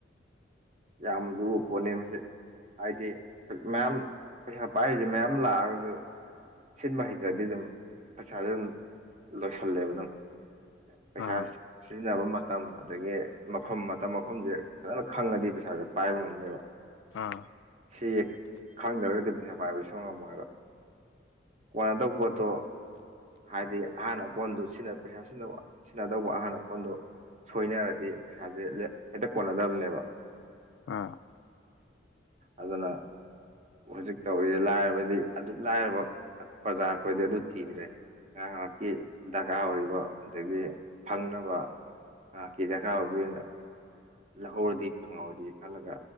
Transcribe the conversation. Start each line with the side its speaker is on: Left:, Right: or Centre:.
Right: ꯌꯥꯝ ꯂꯨꯕ ꯄꯣꯠꯅꯦ ꯃꯁꯦ ꯍꯥꯏꯗꯤ ꯃꯌꯥꯝ ꯄꯩꯁꯥ ꯄꯥꯏꯔꯤꯁꯦ ꯃꯌꯥꯝ ꯂꯥꯛꯑꯒꯁꯨ ꯁꯤꯟꯕ ꯍꯩꯇ꯭ꯔꯗꯤ ꯑꯗꯨꯝ ꯄꯩꯁꯥꯁꯨ ꯑꯗꯨꯝ ꯂꯣꯏꯁꯜꯂꯦꯕ ꯑꯗꯨꯝ ꯄꯩꯁꯥ
Left: ꯎꯝ
Right: ꯁꯤꯖꯤꯟꯅꯕ ꯃꯇꯝ ꯑꯗꯒꯤ ꯃꯐꯝ ꯃꯇꯝ ꯃꯐꯝꯁꯦ ꯐꯖꯅ ꯈꯪꯉꯗꯤ ꯄꯩꯁꯥꯖꯦ ꯄꯥꯏꯕ ꯉꯝꯅꯦꯕ
Left: ꯑ
Right: ꯁꯤ ꯈꯪꯗ꯭ꯔꯒꯗꯤ ꯄꯩꯁꯥ ꯄꯥꯏꯕ ꯁꯨꯡꯉꯝ ꯉꯝꯃꯣꯏꯕ ꯀꯣꯟꯅꯗꯕ ꯄꯣꯠꯇꯣ ꯍꯥꯏꯗꯤ ꯑꯍꯥꯟ ꯑꯀꯣꯟꯗꯨ ꯁꯤꯅ ꯄꯩꯁꯥ ꯁꯤꯖꯤꯟꯅꯕ ꯁꯤꯖꯤꯟꯅꯗꯧꯕ ꯑꯍꯥꯟ ꯑꯀꯣꯟꯗꯣ ꯁꯣꯏꯅꯔꯗꯤ ꯄꯩꯁꯥꯁꯦ ꯍꯦꯛꯇ ꯀꯣꯟꯅꯗꯕꯅꯦꯕ
Left: ꯑ
Right: ꯑꯗꯨꯅ ꯍꯧꯖꯤꯛ ꯇꯧꯔꯤꯁꯦ ꯂꯥꯏꯔꯕꯗꯤ ꯑꯗꯨ ꯂꯥꯏꯔꯕ ꯄ꯭ꯔꯖꯥ ꯑꯩꯈꯣꯏꯗꯤ ꯑꯗꯨ ꯊꯤꯗ꯭ꯔꯦ ꯉꯥꯏꯍꯥꯛ ꯉꯥꯏꯍꯥꯛꯀꯤ ꯗꯔꯀꯥꯔ ꯑꯣꯏꯔꯤꯕ ꯑꯗꯒꯤ ꯐꯪꯅꯕ ꯉꯥꯏꯍꯥꯛꯀꯤ ꯗꯔꯀꯥꯔ ꯑꯣꯏꯕ ꯑꯣꯏꯅ ꯂꯧꯍꯧꯔꯗꯤ ꯐꯪꯍꯧꯔꯗꯤ ꯈꯜꯂꯒ